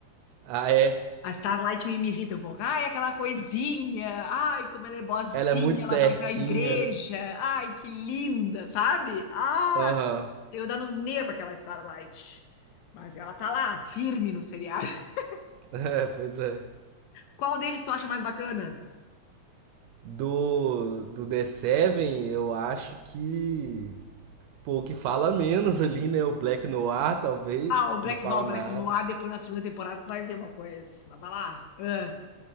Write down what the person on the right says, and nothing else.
Ah, é.
Ela é muito certinha,
né?
Aham. <laughs>
É, pois é.
Do, do The Seven, eu acho que. Pô, o que fala menos ali, né? O Black Noir, talvez.
Não fala
nada.